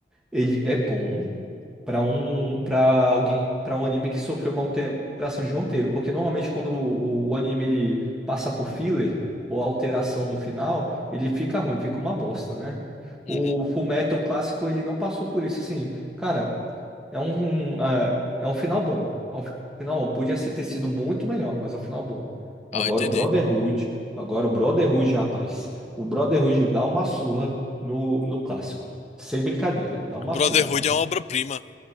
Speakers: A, in the centre; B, on the left.
A: ele é bom, para um para alguém para um anime que sofreu uma alteração de roteiro, porque normalmente quando o, o anime ele passa por filler ou alteração no final, ele fica ruim, fica uma bosta, né? O
B: Uhum.
A: Fullmetal clássico ele não passou por isso, assim, cara, é um ah, é um final bom, é um final bom, podia ser ter sido muito melhor, mas é um final bom. Agora
B: Ah, entendi.
A: o Brotherhood, agora o Brotherhood, rapaz, o Brotherhood dá uma surra no, no clássico. Sem brincadeira, dá uma
B: O Brotherhood
A: surra.
B: é uma obra-prima,